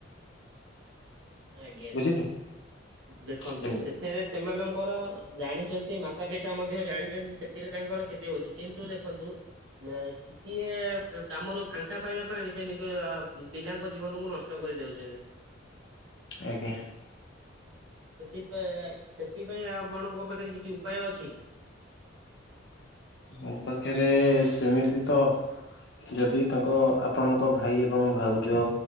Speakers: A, on the right; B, on the left.
A: ଆଜ୍ଞା
B: ବୁଝିଲେ।
A: ଦେଖନ୍ତୁ
B: ହୁଁ
A: ସେ ଏଥିରେ ସେମାନଙ୍କର ଜାଣିଛନ୍ତି ମାତା ପିତା ମଧ୍ୟ ଜାଣିଛନ୍ତି ସେଥିରେ ତାଙ୍କର କ୍ଷତି ହୋଉଛି। କିନ୍ତୁ ଦେଖନ୍ତୁ ଏ ଟିକିଏ କାମରୁ ଫାଙ୍କା ପାଇବା ପାଇଁ ସେ ନିଜ ପିଲାଙ୍କ ଜୀବନକୁ ନଷ୍ଟ କରି <unintelligible>
B: ଆଜ୍ଞା।
A: ସେଥିପାଇଁ ସେଥିପାଇଁ ଆପଣଙ୍କ ପାଖରେ କିଛି ଉପାୟ ଅଛି?
B: ମୋ ପାଖରେ ସେମିତି ତ ଯଦି ତାଙ୍କ ଆପଣଙ୍କ ଭାଇ ଏବଂ ଭାଉଜ